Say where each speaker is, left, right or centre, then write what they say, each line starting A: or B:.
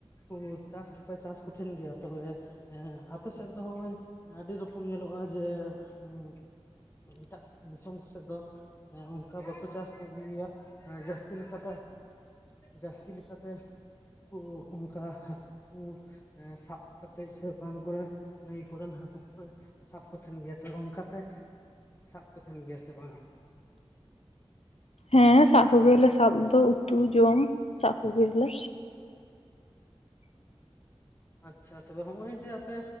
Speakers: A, on the left (about 25°); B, on the left (about 85°).
A: ᱦᱩ ᱪᱟᱥ ᱫᱚᱯᱮ ᱪᱟᱥ ᱠᱚᱛᱮᱱ ᱜᱮᱭᱟ ᱛᱚᱵᱮ ᱮᱸ ᱟᱯᱮ ᱥᱮᱫ ᱫᱚ ᱱᱚᱜᱼᱚᱭ ᱟᱹᱰᱤ ᱨᱚᱠᱚᱢ ᱧᱮᱞᱚᱜᱼᱟ ᱡᱮ, <unintelligible> ᱮᱴᱟᱜ ᱫᱤᱥᱚᱢ ᱠᱷᱚᱱ ᱥᱮᱫ ᱫᱚ ᱮᱸ ᱚᱱᱠᱟ ᱵᱟᱠᱚ ᱪᱟᱥ ᱠᱚ ᱜᱮᱭᱟ ᱮ ᱡᱟᱹᱥᱛᱤ ᱞᱮᱠᱟ ᱫᱚ ᱡᱟᱹᱥᱛᱤ ᱞᱮᱠᱟᱛᱮ ᱠᱚ ᱚᱱᱠᱟ ᱦᱟᱹᱠᱩ ᱮᱸ ᱥᱟᱵ ᱠᱟᱛᱮᱜ ᱥᱮ ᱵᱟᱸᱫᱽ ᱠᱚᱨᱮᱱ ᱱᱟᱹᱭ ᱠᱚᱨᱮᱱ ᱦᱟᱹᱠᱩ ᱠᱚ ᱥᱟᱵ ᱠᱚᱛᱷᱮᱱ ᱜᱮᱭᱟ ᱛᱚᱵᱮ ᱚᱱᱠᱟ ᱯᱮ, ᱥᱟᱵ ᱠᱚ ᱛᱟᱦᱮᱱ ᱜᱮᱭᱟ ᱥᱮ ᱵᱟᱝᱟ?
B: ᱦᱮᱸ ᱥᱟᱵ ᱠᱚ ᱜᱮ ᱭᱟᱞᱮ ᱥᱟᱵ ᱫᱚ, ᱩᱛᱩ ᱡᱚᱢ ᱥᱟᱵ ᱠᱚᱜᱮᱭᱟᱞᱮ <inaudible>
A: ᱟᱪᱪᱷᱟ ᱛᱚᱵᱮ ᱦᱚᱸᱜᱼᱚᱭ ᱡᱮ ᱟᱯᱮ,